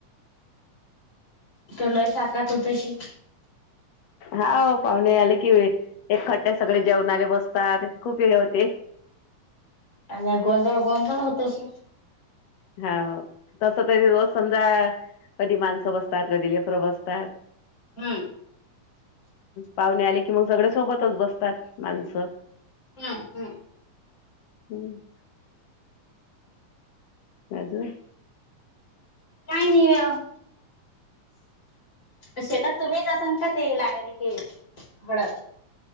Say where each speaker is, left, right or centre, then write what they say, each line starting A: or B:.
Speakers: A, on the left (about 35°); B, on the left (about 80°).
A: त्यो लई साकात होतशी.
B: हाव पाहुणे आले की इखट्टे सगळे जेवणाले बसतात, खूप हे होते.
A: आणि हा गोंधळ गोंधळ होतशी.
B: हाव तसं तरी रोज समजा कधी माणसं बसतात, कधी लेकरं बसतात.
A: हम्म
B: पाहुणे आले कि मग सगळे, सोबतच बसतात माणसं.
A: हा, हम.
B: हम्म अजून?
A: काही, नाही व. शेतात तुम्हीचसाल का तेल, आमेल कि घडत.